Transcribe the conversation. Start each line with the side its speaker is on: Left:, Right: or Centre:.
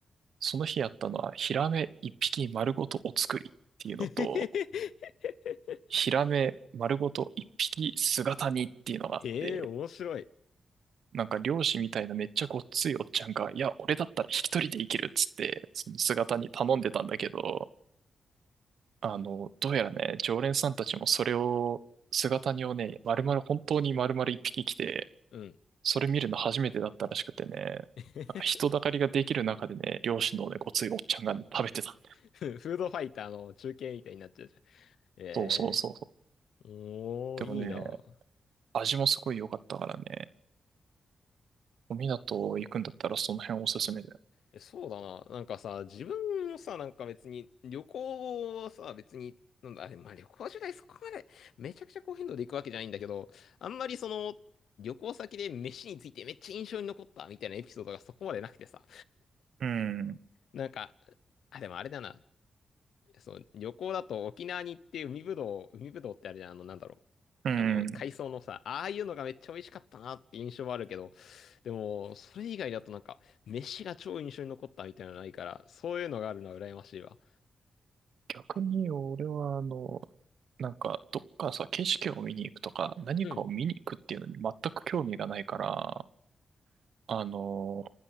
Right: その日やったのは、ヒラメ1匹丸ごとお作りっていうのと、
Left: <laughs>
Right: ヒラメ丸ごと1匹姿煮っていうのがあって、
Left: へえ、面白い。
Right: なんか漁師みたいなめっちゃごっついおっちゃんが、いや、俺だったら引き取りでいけるっつって、その姿煮頼んでたんだけど、あの、どうやらね、常連さんたちもそれを、姿煮をね、丸々、本当に丸々一匹来て、
Left: うん。
Right: それ見るの初めてだったらしくてね、
Left: <laughs>
Right: なんか人だかりができる中でね、漁師のね、ごついおっちゃんがね、食べてたんだ。
Left: フードファイターの中継みたいになっちゃうじゃん。え
Right: そうそうそうそう。
Left: えおー、
Right: でもね、
Left: いいな。
Right: 味もすごい良かったからね、お港行くんだったらその辺おすすめだよ。
Left: え、そうだな。なんかさ、自分もさ、なんか別に、旅行はさ、別に、なんだ、あれ、まあ旅行時代そこまで、めちゃくちゃ高頻度で行くわけじゃないんだけど、あんまりその、旅行先で飯についてめっちゃ印象に残ったみたいなエピソードがそこまでなくてさ、
Right: うん、
Left: なんか、あ、でもあれだな。そう旅行だと沖縄に行って海ぶどう、海ぶどうってあれじゃん、あの、なんだろ
Right: うん。
Left: う。あの、海藻のさ、ああいうのがめっちゃ美味しかったなって印象はあるけど、でも、それ以外だとなんか、飯が超印象に残ったみたいなのないから、そういうのがあるのは羨ましいわ。
Right: 逆に俺はあの、なんか、どっかさ、景色を見に行くとか、何かを見に行くっていうのに全く興味がないから、
Left: うん。
Right: あの、